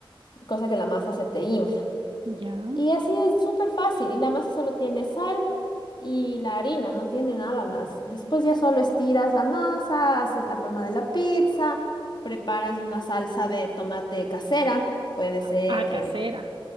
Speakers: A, on the left (about 55°); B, on the right (about 70°).
A: cosa que la masa se te infla.
B: ya.
A: Y así es súper fácil. Y la masa solo tiene sal y la harina, no tiene nada más. Después ya solo estiras la masa, haces la forma de la pizza, preparas una salsa de tomate casera. Puede ser,
B: A, a casera.
A: eh,